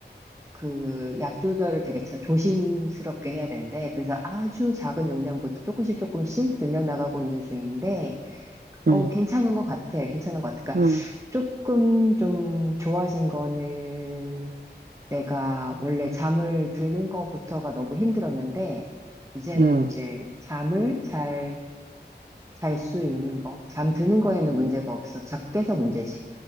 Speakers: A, on the right (about 15°); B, on the right (about 60°).
A: 그 약 조절을 되게 자- 조심스럽게 해야 된데 그래서 아주 작은 용량부터 조금씩 조금씩 늘려나가고 있는 중인데, 어,
B: 음.
A: 괜찮은 것 같아. 괜찮은 것 같아. 그러니까
B: 음,
A: 조금 좀 좋아진 거는 내가 원래 잠을 드는 것부터가 너무 힘들었는데, 이제는
B: 음.
A: 이제 잠을 잘 잘 수 있는 거, 잠 드는 거에는 문제가 없어. 자꾸 깨서 문제지.